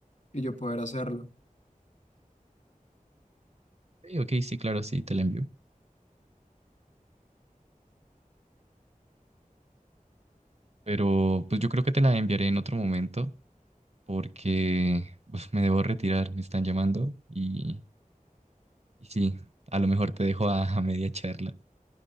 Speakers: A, on the left; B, on the right.
A: y yo poder hacerlo.
B: Ok, ok, sí, claro, sí, te lo envío. Pero pues yo creo que te la enviaré en otro momento porque pues, me debo retirar, me están llamando y, y sí, a lo mejor te dejo a, a media charla.